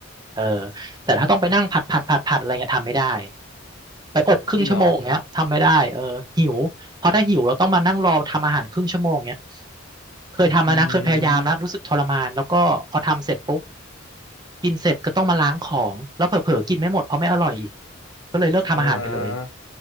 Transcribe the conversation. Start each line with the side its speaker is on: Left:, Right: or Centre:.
Right: เออแต่ถ้าต้องไปนั่งผัดผัดผัดผัดอะไรเงี้ยทำไม่ได้
Left: นะไอ้พวก
Right: ไปอบครึ่งชั่วโมงเงี้ยทำไม่ได้เออหิวเพราะถ้าหิวเราต้องมานั่งรอทำอาหารครึ่งชั่วโมงเงี้ย
Left: จริงเหรอ
Right: เคยทำแล้วนะเคยพยายามแล้วรู้สึกทรมานแล้วก็พอทำเสร็จปุ๊บ
Left: อืม
Right: กินเสร็จก็ต้องมาล้างของแล้วเผลอๆกินไม่หมดเพราะไม่อร่อยอีกก็เลยเลิกทำอาหารไปเลย
Left: อ่า